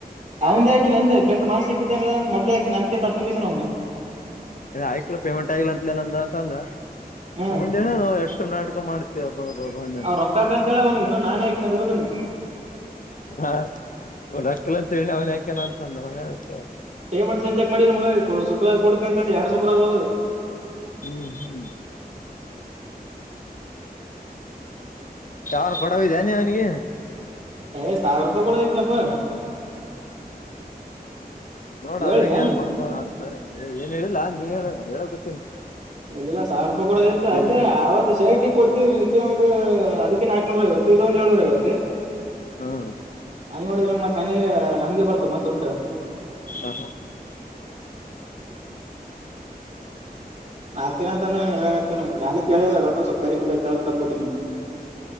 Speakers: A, on the right; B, on the left.
A: ಅವಂದೇ ಹಾಕಿನಂದೇ ಕೆಟ್ಟ ಮಾನಸಿಕ ಇದಂಗದ ಅಂತ ಮೊದ್ಲೆ ಹಾಕಿನ್ ನನ್ ಕಿತ್ತ ಅಪ್ಲಿಕೇಶನ್ ಅವಂದ್
B: ಏ ಹಾಕಿಲ್ಲ ಪೇಮೆಂಟ್ ಆಗಿಲ್ಲ ಅಂತಲೇ ನಂದ ಅಂತ‌ ಅಂದ
A: ಹ್ಮ್
B: ಮುಂದೆನ ಎಷ್ಟ ನಾಟಕ ಮಾಡ್ತಿ ಅಬ್ಬ ಅಬ್ಬಬ್ಬ ಅಂದೆನಾ
A: ಅವ್ರ ರೊಕ್ಕ ಹಾಕಂತೇಳಿ ಅವ್ನಿಗೆ ಇನ್ನ ನಾನೇ ಹಾಕಿನ ಅದ್ರದನ್
B: ಹಾ ರೂಕ್ಕಿಲಂತ ಹೇಳಿನಿ ಅವನೆ ಹಾಕೆನಂತಂದ ಮಗ್ ಅದಕ್ಕೆ
A: ಪೇಮೆಂಟಸತೆಕ್ ಮಾಡಿಲ್ಲ ಮಗ ಕೊ ಶುಕರವಾರ್ ಕೊಡ್ತಿನಿ ಅಂತಂದ್ ಎರಡ ಶುಕರವಾರ ಹೋದುವ್
B: ಹ್ಮ್ ಹ್ಮ್ ಯಾವ ಅರ್ ಕೊಡವಿದೆನೆ ನೀ ಅವನಿಗಿ
A: ಏ ಸಾವಿರ ರೂಪಾಯ ಕೊಡವಿದನೆಪ್ಪ
B: ನೋಡ
A: ಹೇಳಿನೇನು
B: ಅದ್ರಾಗೆ ಆಡ್ ಮಾಡ್ಬ ಅಂದ್ರ ಏನ್ ಹೇಳಿಲ್ಲಾ ನೀ ಹೇಳ ಹೇಳಕೊತ್ತೀನಿ
A: ಇಲ್ಲಿಲ್ಲ ಸಾವಿರ ರೂಪಾಯ ಕೂಡದ್ ಇತ್ತ ಅಲ್ಲೆ
B: ಹೇಳಿಲ್ಲ
A: ಅವತ್ತ್ ಶರ್ಟಿಗ ಕೊಟ್ಟಿವ್ ನಿದೆ ಒಂದ್ ಅದಕ್ಕೆ ನಾಕ್ನೂರ ಐವತ್ತ್ ಇದೊಂದ ಒಂದ ಏಳ್ನೂರ ಐವತ್ತ್
B: ಹ್ಮ್
A: ಅಂಗ ನೋಡಿದ್ರ ಮತ್ ನನಗೆ ನಮಗೆ ಬರತವ್ ಮತ್ತ್ ಉಲ್ಟಾ
B: ಹ ಹಾ
A: ಆಕತೀನ ಅಂತ ಅಂದಾನ ಇನ್ನ್ ಯಾವಗಾಕತ್ತನ್ ನಾನ್ ಕೇಳಿಲ್ಲ ರೊಕ್ಕ ಸ್ವಲ್ ಕಡಿಮಿ ಬಿದ್ದಾಗ್ ಕೇಳಬೇಕಂತ್ ಬುಟ್ಟಿನಿ